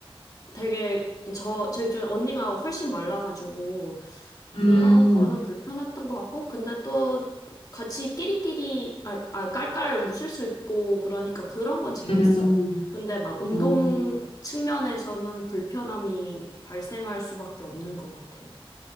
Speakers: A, on the left (about 40°); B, on the left (about 90°).
A: 되게 저, 제 입장에 언니가 훨씬 말라가지고 그런
B: 음,
A: 거는 불편했던 것 같고 근데 또 같이 끼리끼리 아, 아 깔깔 웃을 수 있고 그러니까 그런 건 재밌어요.
B: 음,
A: 근데 막 운동
B: 어,
A: 측면에서는 불편함이 발생할 수밖에 없는 것 같아요.